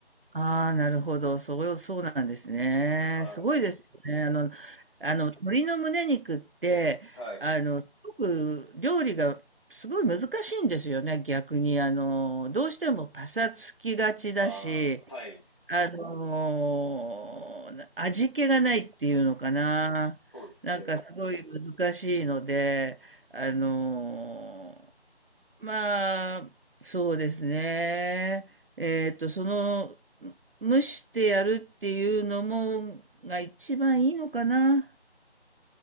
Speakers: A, on the right; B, on the left.
A: ああ、なるほど。そうそうなんですね。
B: は
A: すごいですよね。あの、あの、鶏の胸肉って、
B: い、はい。
A: あの、すごく料理がすごい難しいんですよね。逆に、あの、どうしてもパサつきがちだし、
B: ああ、はい。
A: あの、味気がないっていうのかな。
B: そうですね。
A: なんかすごい難しいので、あの、まあ、そうですね。えっと、その、蒸してやるっていうのも、が一番いいのかな。